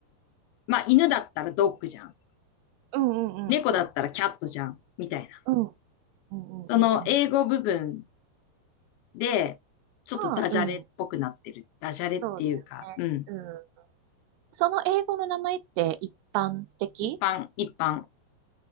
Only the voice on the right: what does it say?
うんうんうん。
うん。うんうんうんうん。
まあ、うん。
そうだよね。
うん。その英語の名前って一般的